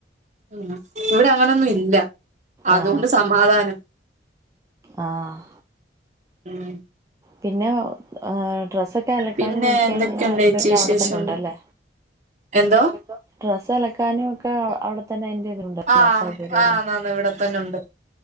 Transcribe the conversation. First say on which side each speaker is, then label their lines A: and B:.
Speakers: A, on the right; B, on the right.
A: ഉം ഇവടെ അങ്ങനൊന്നു ഇല്ല അതൊണ്ട്
B: ആഹ്
A: സമാധാനം.
B: ആഹ്
A: ഉം
B: പിന്നെ ഏഹ് ഡ്രെസ്സൊക്കെ അലക്കാനും
A: പിന്നെ
B: കുളിക്കാനുള്ള
A: എന്തൊക്കെയുണ്ട് ചേച്ചി
B: തൊക്കെ
A: വിശേഷം
B: അവടെ തന്നുണ്ടല്ലേ
A: എന്തോ
B: <unintelligible> ഡ്രസ്സലക്കാനൊക്കെ അവട തന്നെ അയ്ൻ്റെതുണ്ടല്ല
A: ആഹ്
B: സൗകര്യല്ലാം
A: ആഹ് ആന്നാന്ന് ഇവിടെ തന്നെ ഉണ്ട്